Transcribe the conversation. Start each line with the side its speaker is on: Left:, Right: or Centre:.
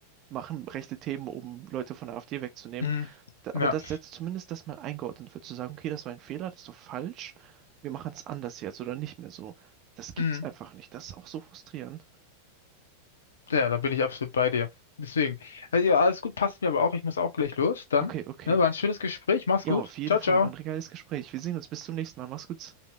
Right: machen rechte Themen, um Leute von der AfD wegzunehmen.
Left: mm,
Right: Da, aber
Left: ja,
Right: das setzt zumindest das mal eingeordnet wird, zu sagen, okay, das war ein Fehler, das ist doch falsch, wir machen es anders jetzt oder nicht mehr so. Das gibt's
Left: mm,
Right: einfach nicht. Das ist auch so frustrierend.
Left: ja, da bin ich absolut bei dir. Deswegen, also ja, alles gut, passt mir aber auch. Ich muss auch gleich los. Dann,
Right: Okay, okay.
Left: ne, war ein schönes Gespräch. Mach's
Right: Ja,
Left: gut.
Right: auf jeden
Left: Ciao,
Right: Fall
Left: ciao.
Right: war ein regales Gespräch. Wir sehen uns. Bis zum nächsten Mal. Mach's gut.